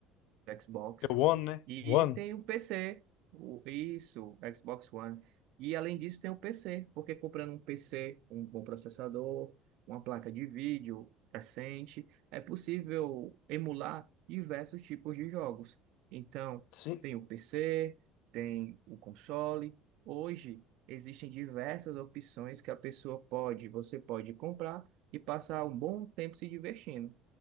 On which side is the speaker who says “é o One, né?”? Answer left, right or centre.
Left